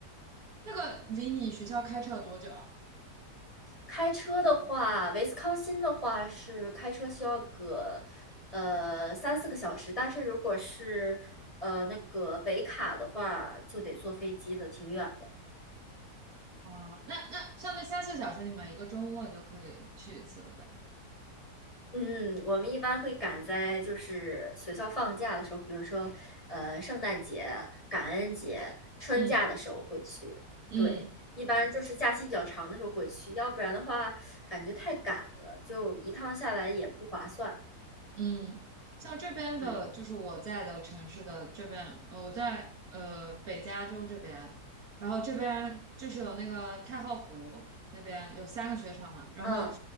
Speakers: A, on the right; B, on the left.
A: 那个离你学校开车有多久啊？
B: 开车的话，维斯康星的话是开车需要个呃三四个小时，但是如果是呃那个北卡的话，就得坐飞机了，挺远的。
A: 啊，那那像那三四个小时，你们一个周末就可以去一次了呗？
B: 嗯，我们一般会赶在就是学校放假的时候，比如说呃圣诞节、感恩节、春假的时候会去。
A: 嗯嗯。
B: 对，一般就是假期比较长的时候会去，要不然的话感觉太赶了，就一趟下来也不划算。
A: 嗯，像这边的，
B: 嗯
A: 就是我在的城市的这边，呃，我在呃北加州这边，然后这边就是有那个太浩湖那边有三个雪场嘛，然后
B: 嗯